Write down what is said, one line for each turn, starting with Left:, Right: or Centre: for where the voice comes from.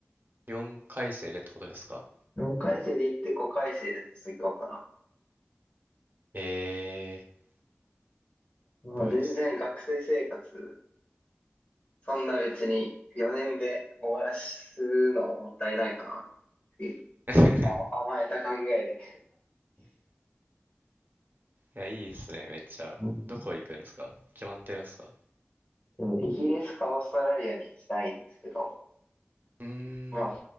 Right: ー、4回生でってことですか
Left: う。4回生で行って5回生で卒業かな。
Right: えー、
Left: まあ、
Right: すごいですね。
Left: 全然学生生活、そんな別に4年で終わらすのもったいないかなっていう
Right: <laughs>
Left: 甘えた考えで。
Right: いや、いいですね、めっちゃ。
Left: う
Right: どこ行くんですか決まってるんですか
Left: うんイギリスかオーストラリアに行きたいんですけど、
Right: うーん、
Left: まあ、